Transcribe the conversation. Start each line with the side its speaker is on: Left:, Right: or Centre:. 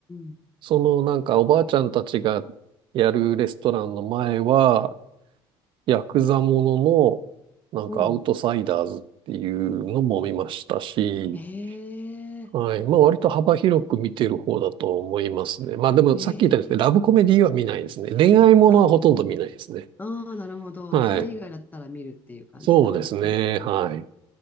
Left: ん。
Right: そのなんかおばあちゃんたちがやるレストランの前は、ヤクザもののなんかアウトサイダーズっていうのも見ましたし、
Left: ほう。ええ、
Right: はい。まあ割と幅広く見てる方だと思いますね。まあでもさっき言ったようにですね、
Left: え
Right: ラブコメディは見ないですね。
Left: え。
Right: 恋愛ものはほとんど見ないですね。
Left: あ、ああ、なるほど。
Right: はい。
Left: それ以外だったら見るっていう感じなんですね。
Right: そうですね。はい。